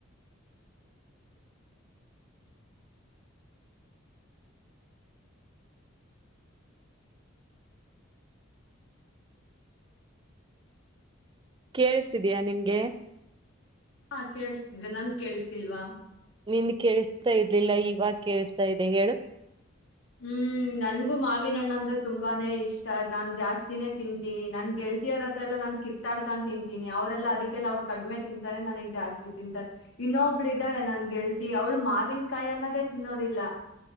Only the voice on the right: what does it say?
ಕೇಳಿಸ್ತಿದೀಯಾ ನಿಂಗೆ
ನಿನ್ ಕೇಳಿಸತಾ ಇರ್ಲಿಲ್ಲ ಇವಾಗ ಕೇಳಿಸತಾ ಇದೆ ಹೇಳು